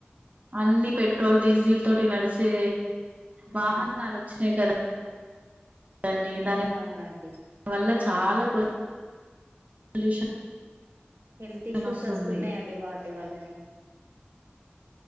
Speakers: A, on the right; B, on the right.
A: అన్ని పెట్ పెట్రోల్ డీజిల్ తోటి నడిచే
B: ఉమ్
A: వాహనాలు వచ్చినాయి కదా కదండి దాని
B: అవునండి
A: వల్ల చాలా పొల్యూషన్
B: హెల్త్ ఇష్యూస్
A: వస్తుంది
B: వస్తున్నాయంండి వాటి వల్లనే